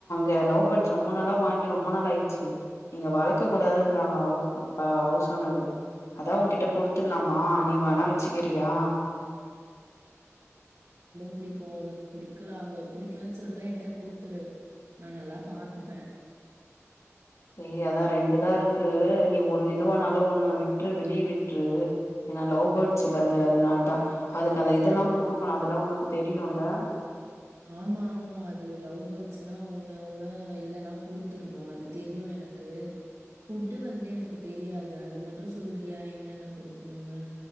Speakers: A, on the left; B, on the right.
A: த லவ் பேர்ட்ஸ் ரொம்ப நல்ல வாங்கி ரொம்ப நாளா ஆயிட் ம் இங்க வளக்க கூடாதுன்றாங்க <unintelligible> ஹவுஸ் ஓனர்ரு அதா உன்கிட்ட குடுத்துடலாமா நீ வேண வச்சுக்கிறியா
B: பிடிக்கு உனக்கு பிடிக்கல அவங்க பிடிக்கலன்னு சொல்ட்டா என்ட குடுத்துரு நா நல்லா பாத்தப்பே
A: <unintelligible> அதா ரெண்டுதா இருக்கு நீ ஒண்ணு இதுவனாலு ஒண்ணு விட்டுறு வெளிய விட்டுறு ஏன்னா லவ் பேர்ட்ஸ் செல்லது அதனாலதா அதுக்கு அந்த இதெல்லா
B: ஆம்.
A: குடுக்கணு அதெல்லா உனக்கு ப்ப தெரியுல்லா
B: ஆமா ஆமா அது லவ் பேர்ட்ஸ்னா ஒண்ணு ஒண்ணு இல்லன்னா குடுத்துருணு அது தெரியு எனக்கு ஃபுட்டு வந்து எனக்கு தெரியாது அது மட்டும் சொல்றியா என்னன்ன குடுக்கணும்னு